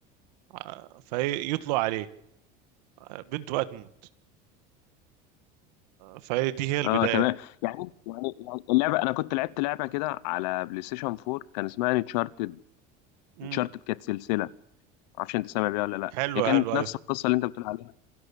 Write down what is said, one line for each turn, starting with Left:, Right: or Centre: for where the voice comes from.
Right: آه، فيطلق عليه آه، بنته بقى تموت فهي دي هي البداية
Left: اه تمام
Right: يعني.
Left: يعني يعني يعني اللعبه انا كنت لعبت لعبه كده على بلاي ستيشن 4 كان اسمها انشارتد
Right: امم
Left: انشارتد كانت سلسله معرفش انت سامع بيها ولا لا
Right: حلوة
Left: هي كانت
Right: حلوة
Left: نفس
Right: أيوة
Left: القصه اللي انت بتقول عليها